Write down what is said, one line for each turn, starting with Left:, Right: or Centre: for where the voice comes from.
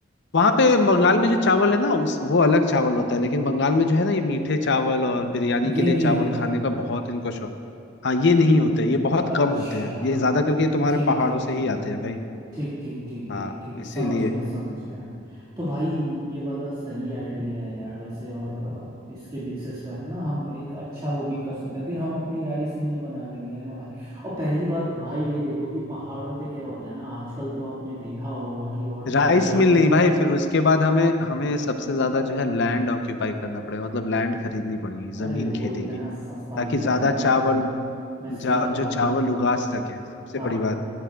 Left: वहां पे बंगाल में जो चावल है ना उस वो अलग चावल होता है लेकिन बंगाल में जो है ना ये मीठे चावल और बिरयानी
Right: ये
Left: के लिए
Right: नहीं
Left: चावल
Right: होते
Left: खाने का बहुत इनको शौक हाँ ये नहीं होता है ये बहुत
Right: अच्छा
Left: कम होते हैं ये ज्यादा करके ये तुम्हारे
Right: ठीक
Left: पहाड़ों
Right: ठीक ठीक
Left: से ही आते हैं भाई
Right: ठीक ठीक ठीक
Left: हाँ
Right: ठीक ठीक
Left: इसीलिए
Right: समझ गया समझ गया तो भाई ये वाला सही आइडिया है यार वैसे और अ, इसके बेसिस पर ना हम एक अच्छा वो भी कर सकते हैं फिर हम अपनी राइस मिल बना लेंगे है ना भाई और पहली बात भाई ये देखो कि पहाड़ों पे क्या होता है ना आजकल तो आपने देखा होगा कि और जगह
Left: राइस
Right: क्या होता
Left: मिल नहीं
Right: है
Left: भाई फिर उसके बाद हमें हमें सबसे ज्यादा जो है लैंड ऑक्यूपाई करना पड़ेगा मतलब लैंड खरीदनी पड़ेगी
Right: अरे
Left: जमीन
Right: वो
Left: खेती
Right: इतना
Left: की
Right: सस्ता
Left: ताकि
Right: मिलेगा
Left: ज्यादा
Right: ना
Left: चावल
Right: आपको मैं
Left: जा,
Right: सही बता
Left: जो चावल
Right: रहा हूँ
Left: उगा सके सबसे
Right: हाँ
Left: बड़ी बात